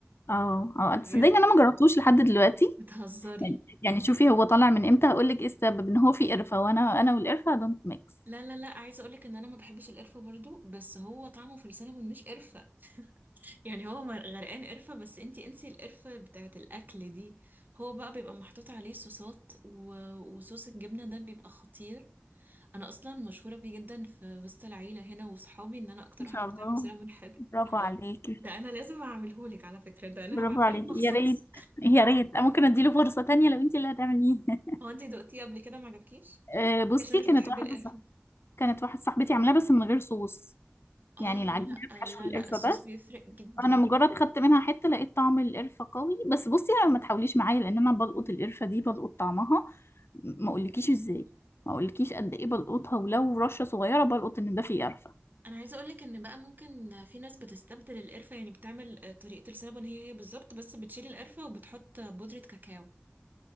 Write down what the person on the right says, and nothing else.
بجد
بتهزري
لا لا لا عايزه اقولك ان انا ما بحبش القرفه برضو بس هو طعمه في السينابون مش قرفه يعني هو مر- غرقان قرفه بس انتي انسي القرفه بتاعه الاكل دي هو بقى بيبقى محطوط عليه صوصات و... وصوص الجبنه ده بيبقى خطير انا اصلا مشهوره بيه جدا في وسط العيله هنا وصحابي ان انا اكتر
واحده
بتعمل سينابون حلو
ده انا لازم اعملهولك على فكره ده انا
هبعتهولك
مخصوص
هو انتي دقتيه قبل كده ما عجبكيش
عشان مش
بتحبي
القرفه
اه
لا
لا
لا الصوص
بيفرق جدا
انا عايزه اقولك ان بقى ممكن في ناس بتستبدل القرفه يعني بتعمل آه، طريقه السينابون هي هي بالظبط بس بتشيل القرفه وبتحط بودره كاكاو